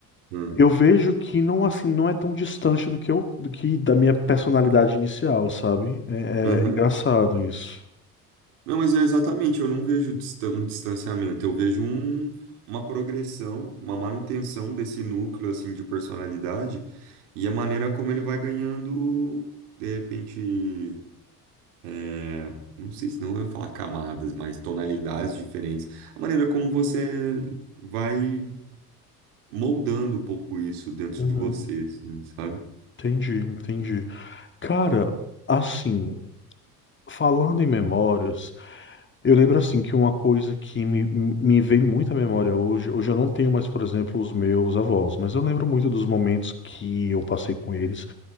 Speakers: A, on the right (about 70°); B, on the left (about 25°).
A: hum,
B: eu vejo que não assim não é tão distante do que eu do que da minha personalidade inicial, sabe? É,
A: aham.
B: é engraçado isso.
A: Não, mas é exatamente, eu não vejo distan- um distanciamento, eu vejo um- uma progressão, uma manutenção desse núcleo assim de personalidade e a maneira como ele vai ganhando, de repente, é, não sei se não eu ia falar camadas, mas tonalidades diferentes, a maneira como você vai moldando um pouco isso dentro
B: Uhum.
A: de você, assim, sabe?
B: Entendi, entendi. Cara, assim, falando em memórias, eu lembro assim que uma coisa que me, me vem muito à memória hoje, hoje eu não tenho mais, por exemplo, os meus avós, mas eu lembro muito dos momentos que eu passei com eles.